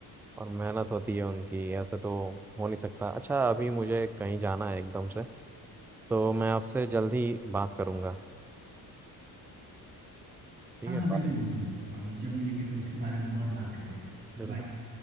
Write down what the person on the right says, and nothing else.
हाँ
हाँ बिल्कुल
बिल्कुल हम जब मिलेंगे तो उसके बारे में और बात करेंगे
बाय